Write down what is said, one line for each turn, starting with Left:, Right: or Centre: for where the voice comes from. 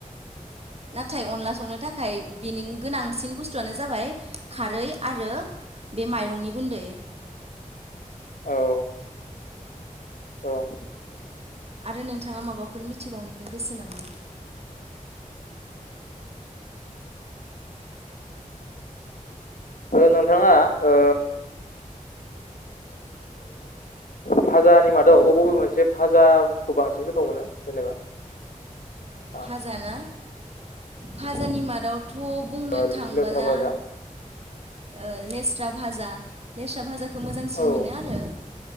Right: नाथाय अनला संनो थाखाय बेनि गोनांसिन बुस्थुआनो जाबाय खारै आरो बे माइरंनि गुन्दै।
Left: औ औ
Right: आरो नोंथाङा माबाफोर मिथिबावनो गोसो नामा?
Left: नोंथाङा ओ भाजानि मादाव अबे बबे मोनसे भाजाखौ बांसिन गोथाव मोनो जेनेबा? <inaudible>
Right: भाजाना फाजानि मादावथ' बुंनो
Left: लेस्रा
Right: थांबोला
Left: भाजा
Right: ओ लेस्रा भाजा, लेस्रा भाजा खौ मोजांसिन
Left: औ
Right: मोनो आरो